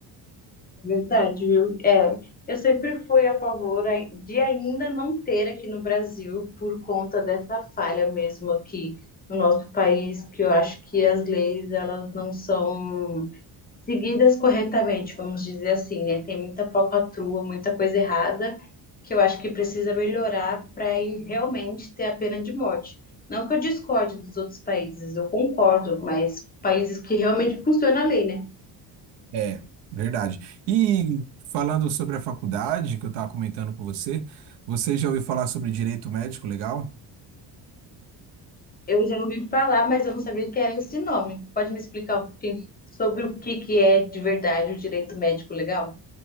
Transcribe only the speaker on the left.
É Verdade, viu? É, eu sempre fui a favor ai- de ainda não ter aqui no Brasil por conta dessa falha mesmo aqui no nosso país, que eu acho que as leis elas não são seguidas corretamente, vamos dizer assim, né? Tem muita falcatrua, muita coisa errada, que eu acho que precisa melhorar para ir realmente ter a pena de morte. Não que eu discorde dos outros países, eu concordo, mas países que realmente funciona a lei, né?
Eu já ouvi falar, mas eu não sabia que era esse nome. Pode me explicar um pouquinho sobre o que que é de verdade o direito médico legal?